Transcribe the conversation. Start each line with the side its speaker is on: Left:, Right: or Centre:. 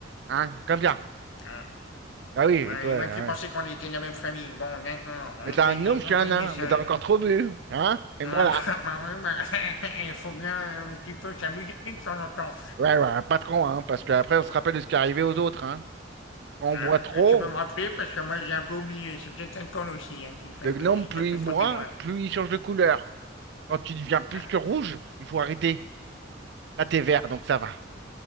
Right: hein, comme bien.
Left: Ah,
Right: Bah oui, et
Left: ouais,
Right: toi,
Left: et moi
Right: hein.
Left: qui pensais qu'on était de la même famille. Bon, d'accord,
Right: Mais t'as
Left: ok,
Right: un gnome,
Left: j'ai compris
Right: je suis un nain,
Left: le message.
Right: mais t'as encore trop bu, hein. Et
Left: Ah,
Right: voilà.
Left: <laughs> bah, ouais, bah, <laughs> il faut bien euh, un petit peu s'amuser de temps en temps.
Right: Ouais, ouais, pas trop, hein, parce qu'après, on se rappelle de ce qui est arrivé aux autres, hein. Quand on
Left: Hein
Right: boit trop,
Left: Euh, tu peux me rappeler parce que moi j'ai un peu oublié. C'est peut-être l'alcool aussi hein, qui fait
Right: le gnome,
Left: que j'ai
Right: plus
Left: quelques
Right: il boit,
Left: trop de mémoire.
Right: plus il change de couleur. Quand tu deviens plus
Left: Hein.
Right: que rouge, il faut arrêter. Là, t'es vert, donc ça va.